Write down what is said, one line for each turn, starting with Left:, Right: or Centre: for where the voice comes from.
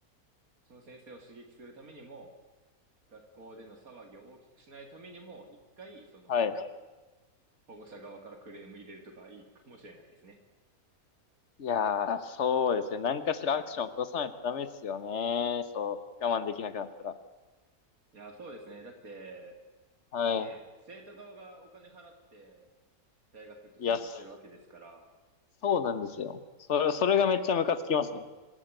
Right: その先生を刺激するためにも、学校での騒ぎを大きくしないためにも、一回、その、
Left: はい。
Right: 保護者側からクレーム入れるとかいいかもしれないですね。
Left: いやー、そうですね。何かしらアクション起こさないとダメですよね。そう。我慢できなくなったら。
Right: いや、そうですね。だって、
Left: は
Right: ねえ、生徒側がお金払って、大学って参加してるわけですから、
Left: い。いや、そそうなんですよ。それ、それがめっちゃムカつきますね。